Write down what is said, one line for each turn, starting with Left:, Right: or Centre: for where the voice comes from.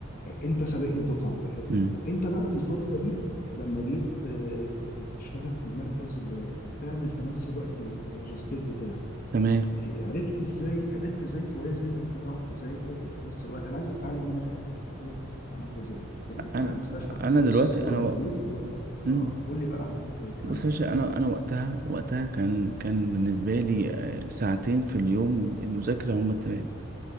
Left: انت سابقني الدفعه في الحته
Right: امم
Left: دي طب انت بقى في الفتره دي لما جيت آه، كنت بتشتغل في المركز و- وبتعمل في نفس الوقت الماجستير بتاعك
Right: تمام
Left: إيه، عرفت ازاي عرفت ازاي توازن ان انت تعرف تذاكر وفي نفس الوقت انا عايز اتعلم منك الحته دي بقى قول لي بقى انت عملت ازاي بت- بتروح
Right: انا
Left: المستشفى الحكومي
Right: انا دلوقتي
Left: الصبح اللي
Right: انا
Left: هو تكليف
Right: و...
Left: و...
Right: مم.
Left: اه قول لي بقى عملت ازاي الكلام
Right: بص
Left: ده
Right: يا باشا انا انا وقتها وقتها كان كان بالنسبه لي آه، ساعتين في اليوم المذاكره هم التمام